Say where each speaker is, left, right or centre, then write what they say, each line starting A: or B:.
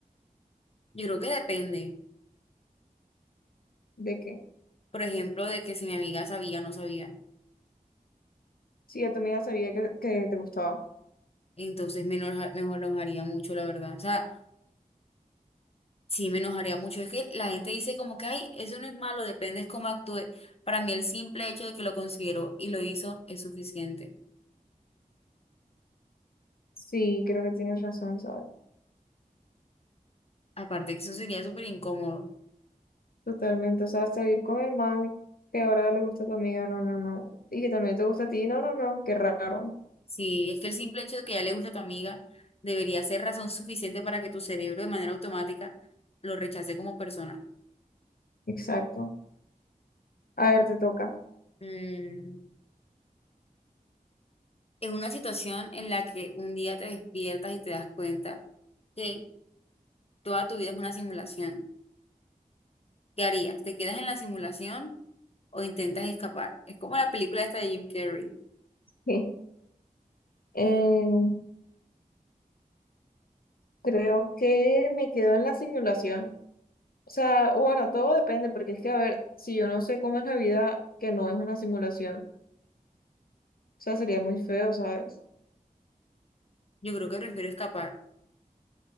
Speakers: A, on the left (about 45°); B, on the left (about 90°).
A: Yo creo que depende,
B: ¿De qué?
A: por ejemplo, de que si mi amiga sabía o no sabía.
B: Sí, yo también sabía que, que te gustaba.
A: Entonces me enoja- me enojaría mucho, la verdad. O sea, sí me enojaría mucho. Es que la gente dice como que, ay, eso no es malo, depende es cómo actúe. Para mí el simple hecho de que lo considero y lo hizo es suficiente.
B: Sí, creo que tienes razón, ¿sabes?
A: Aparte que eso sería súper incómodo.
B: Totalmente. O sea, salir con el mami, que ahora le gusta a tu amiga, no, no, no. Y que también te gusta a ti, no, no, no. Qué raro.
A: Sí, es que el simple hecho de que ya le gusta a tu amiga debería ser razón suficiente para que tu cerebro de manera automática lo rechace como persona.
B: Exacto. A ver, te toca.
A: Mm, Es una situación en la que un día te despiertas y te das cuenta que toda tu vida es una simulación. ¿Qué harías? ¿Te quedas en la simulación o intentas escapar? Es como la película esta de Jim Carrey.
B: <laughs> Eh, creo que me quedo en la simulación. O sea, bueno, todo depende, porque es que, a ver, si yo no sé cómo es la vida, que no es una simulación, o sea, sería muy feo, ¿sabes?
A: Yo creo que prefiero escapar.